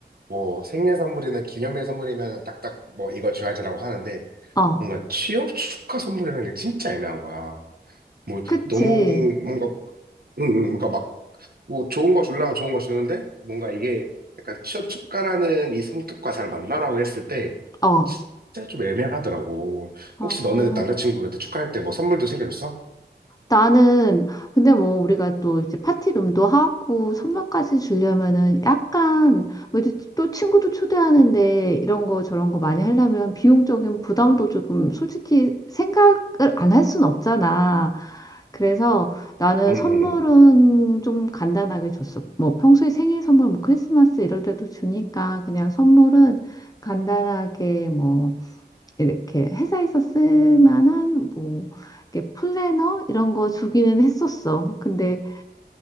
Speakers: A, on the right; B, on the left.
A: 뭐, 생일 선물이나 기념일 선물이면 딱딱, 뭐, 이걸 줘야지라고 하는데,
B: 어,
A: 뭔가 취업 축하 선물이라는 게 진짜 애매한 거야. 뭐,
B: 그치.
A: 너무, 뭔가, 응, 응, 그러니까 막, 뭐 좋은 거 주려면 좋은 거 주는데 뭔가 이게 약간 취업 촉구하는 이 성격과 잘 맞나라고 했을 때
B: 어,
A: 진짜 좀 애매하더라고.
B: 어,
A: 혹시 너는 남자친구 그때 축하할 때 뭐 선물도 챙겨줬어?
B: 나는, 근데 뭐, 우리가 또 이제 파티룸도 하고, 선물까지 주려면은 약간, 뭐, 이제 또 친구도 초대하는데, 이런 거 저런 거 많이 하려면 비용적인 부담도 조금 솔직히 생각을 안 할 순 없잖아. 그래서 나는
A: 응응응.
B: 선물은 좀 간단하게 줬어. 뭐, 평소에 생일 선물, 뭐, 크리스마스 이럴 때도 주니까, 그냥 선물은 간단하게 뭐, 이렇게 회사에서 쓸 만한 뭐 이렇게 플래너 이런 거 주기는 했었어. 근데